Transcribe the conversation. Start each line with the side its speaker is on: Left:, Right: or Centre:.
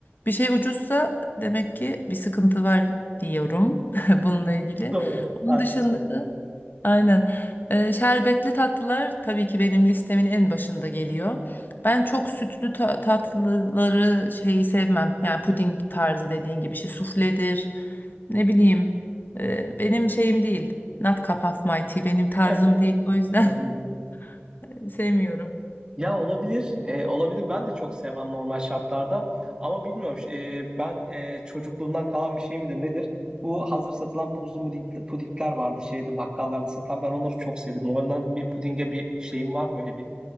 Left: bir şey ucuzsa demek ki bir sıkıntı var diyorum <laughs> bununla ilgili.
Right: <laughs> Doğru.
Left: Onun
Right: Haklısın
Left: dışında
Right: o
Left: da Aynen. Ee, şerbetli tatlılar tabii ki benim listemin en başında geliyor. Ben çok sütlü ta- tatlıları şeyi sevmem. Yani puding tarzı dediğin gibi şey sufledir. Ne bileyim. e, benim şeyim değil. Not cup of my tea benim tarzım
Right: Evet.
Left: değil. O yüzden
Right: Ağzım
Left: <laughs> sevmiyorum.
Right: Ya olabilir, e, olabilir. Ben de çok sevmem normal şartlarda. Ama bilmiyorum, e, ben e, çocukluğumdan kalan bir şey midir nedir? Bu hazır satılan puzlu puding, pudingler vardı şeyde bakkallarda satılan. Ben onları çok seviyordum. Ondan bir pudinge bir şeyim var, böyle bir